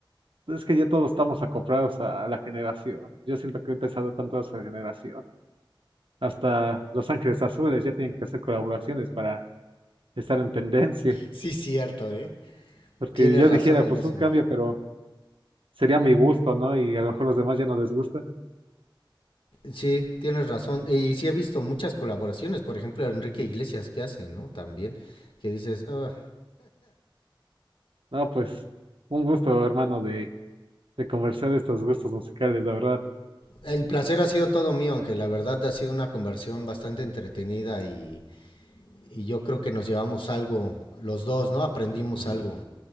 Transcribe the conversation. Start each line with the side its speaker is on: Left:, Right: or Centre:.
Right: Pues, Es que ya todos estamos acomprados a, la generación. Yo siento que ahorita se ha dado tanto a esa generación. Hasta Los Ángeles Azules ya tienen que hacer colaboraciones para estar en tendencia.
Left: Sí, cierto, ¿eh?
Right: Porque
Left: Tienes
Right: yo
Left: razón
Right: dijera,
Left: en
Right: pues
Left: eso.
Right: un cambio, pero sería mi gusto, ¿no? Y a lo mejor los demás ya no les gusta.
Left: Sí, tienes razón. Y sí he visto muchas colaboraciones, por ejemplo, Enrique Iglesias que hace, ¿no? También, que dices, "Ah,
Right: No, pues un gusto, hermano, de, de conversar de estos gustos musicales, la verdad.
Left: el placer ha sido todo mío, aunque la verdad ha sido una conversión bastante entretenida y, y yo creo que nos llevamos algo, los dos, ¿no? Aprendimos algo.